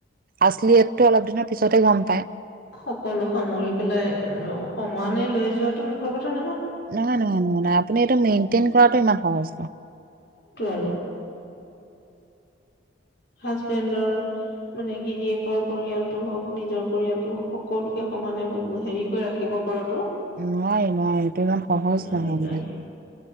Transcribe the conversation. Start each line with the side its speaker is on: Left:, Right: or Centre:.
Right: আছলিয়তটো অলপ দিনৰ পিছতহে গম পায়।
Left: সকলো সামৰি পেলাই সমানে লৈ যোৱাটো মুখৰ কথা
Right: নহয় নহয় নহয় নহয় আপুনি এইটো মেইনটেইন কৰাটো ইমান সহজ
Left: <unintelligible> হাজবেন্দৰ মানে গিৰিয়েকৰ পৰিয়ালটো হওক, নিজৰ পৰিয়ালটো হওক, সকলোকে সমানে হেৰি কৰি ৰাখিব পৰাটো
Right: নোৱাৰি নোৱাৰি এইটো ইমান সহজ
Left: নোৱাৰি
Right: নহয়
Left: নোৱাৰি
Right: মানে,